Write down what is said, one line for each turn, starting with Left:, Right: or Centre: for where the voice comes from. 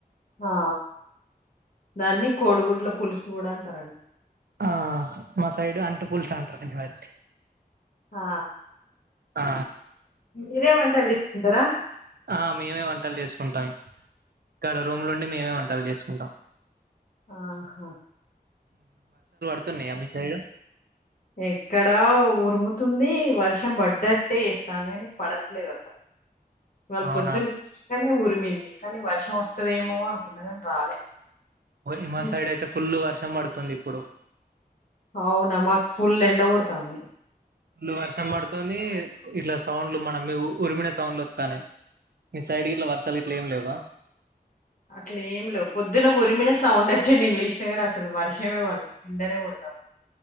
Left: ఆ దాన్ని కోడిగుడ్ల పులుసు కూడా అంటారండి
Right: ఆ మా సైడు అంటు పుల్స్ అంటారు
Left: ఆ
Right: ఆ
Left: మీరే వంటలు జెకుంటారా
Right: ఆ మేమే వంటలు చేసుకుంటాం ఇక్కడ రూమ్ ల ఉండి మేమే వంటలు చేసుకుంటాం
Left: ఆహా
Right: వస్తున్నాయా మీ సైడ్
Left: ఎక్కడా ఉరుముతుంది వర్షం పడ్డట్టే ఇస్తాను కానీ పడట్లేదు అసలు ఇవాళ
Right: అవునా
Left: పొద్దున్ననే ఉరిమింది కానీ వర్షం వస్తదేమో అనుకున్నా కానీ రాలే
Right: ఇ మా
Left: మీ
Right: సైడ్
Left: సై
Right: అయితే ఫుల్ వర్షం పడుతుంది ఇప్పుడు
Left: అవునా మాకు ఫుల్ ఎండ కొడతంది
Right: ఇళ వర్షం పడుతుంది ఇట్లా సౌండ్లు మన ఉరిమిన సౌండ్లు వస్తానేయి మీ సైడ్ ఇట్ల వర్షాలు ఇట్ల ఏం లేవా
Left: అట్లే ఏం లేవు పొద్దున ఉరిమినట్టు సౌండ్ వచ్చి నేను లేసినా కానీ అసలు వర్షమే ఆ వల్లే ఏండనే కొడతంది